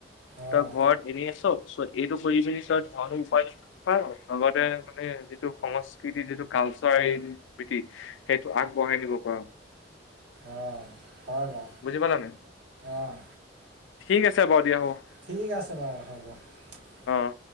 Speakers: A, on the right; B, on the left.
A: অঁ
B: তই ঘৰত এনে আছ চোৱা' এইটো কৰি পিনি ধণ উপাৰ্জন লগতে মানে যিটো সংস্কৃতি যিটো কালচাৰ ইনিটি সেইটো আগবঢ়াই নিব পাৰো
A: অঁ হয়
B: পালানে
A: অঁহ
B: ঠিক আছে বাৰু দিয়া হব
A: ঠিক আছে বাৰু হ'ব
B: অ